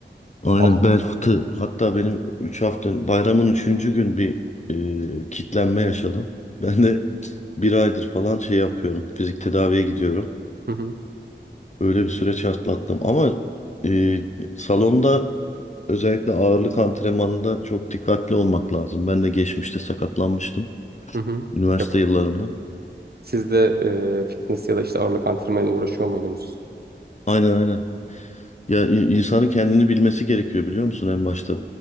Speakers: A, on the left (about 40°); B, on the right (about 55°).
A: Aynen
B: Al.
A: bel fıtığı. Hatta benim 3 hafta bayramın üçüncü gün bir e, kitlenme yaşadım. Ben de bir aydır falan şey yapıyorum. Fizik tedaviye gidiyorum.
B: Hı hı,
A: Öyle bir süreç atlattım ama e, salonda özellikle ağırlık antrenmanında çok dikkatli olmak lazım. Ben de geçmişte sakatlanmıştım
B: hı hı.
A: üniversite
B: Yap.
A: yıllarımda.
B: Siz de e, fitness ya da işte ağırlık antrenmanıyla uğraşıyor muydunuz?
A: Aynen aynen. Ya i- insanın kendini bilmesi gerekiyor biliyor musun en başta?